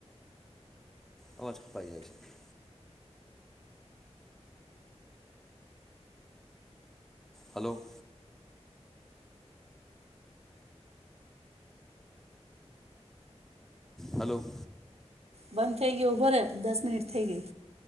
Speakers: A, in the centre; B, on the right (about 65°).
A: અવાજ ખાપાઈ જાય છે. હલો. હલો.
B: બંધ થઈ ગયો ઊભો રે દસ મિનિટ થઈ ગઈ